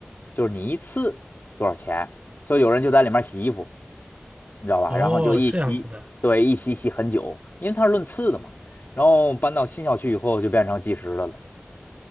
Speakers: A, on the left; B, on the right.
A: 就是你一次多少钱，所以有人就在里面洗衣服，你知道吧？
B: 哦，
A: 然后就一洗，
B: 这样子的。
A: 对，一洗洗很久，因为它是论次的嘛。然后搬到新校区以后就变成计时的了。